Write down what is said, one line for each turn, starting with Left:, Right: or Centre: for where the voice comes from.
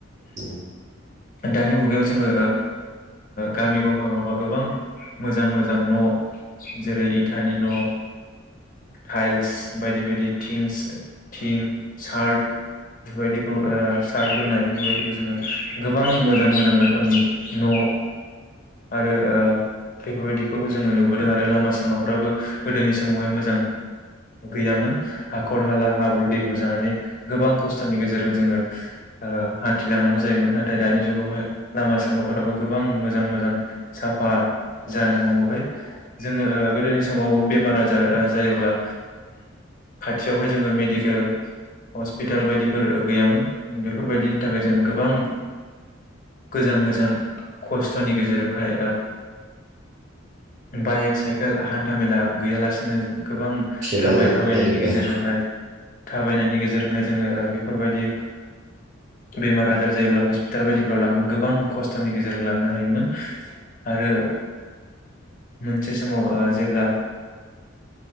Right: औ
Left: दानि मुगायाव जोंङो गामि गफा गफा गोबां मोजां मोजां न' जेरै इथानि न' थाइल्स बायदि बायदि थिंस थिं सार्ट बेफोरबायदिखौ सार्ट लुनाय बेफोरबायदिखौ जोंङो गोबां मोजां मोजां रोखोमनि न' आरो बेफोरबायदिखौ जोंङो नुबोदों आरो लामा सामाफ्राबो गोदोनि समावहाय मोजां गैयामोन हाखर हाला हाब्रु दैब्रु जानानै गोबां खस्थ'नि गेजेरजों जोङो हान्थिलांनांगौ जायोमोन नाथाय दानि जुगावहाय लामा सामाफोराबो गोबां मोजां मोजां साफा जानो हमबोबाय जोंङो ओ गोदोनि आसामावबो बेमार आजार जायोब्ला खाथियावहाय जोंङो मेडिकेल हस्पिटाल बायदिफोर गैयामोन बेफोरबायदिनि थाखाय जोंङो गोबां गोजान गोजान खस्थ'नि गेजेरजोंहाय बाइक साइकेल आहान हान्थाामेला गैयालासिनो गोबां
Right: खेलाजों
Left: थाबाय थाबायनायनि
Right: जेनेबा
Left: गेजेरजोंहाय
Right: औ
Left: थाबायनायनि गेजेरजोंहाय जोङो बेफोरबायदि बेमार आजार जायोब्ला हस्पिटाल बायदिफ्राव लांनो गोबां खस्थ'नि गेजेरजों लांनो हायोमोन आरो मोनसे समाव जेब्ला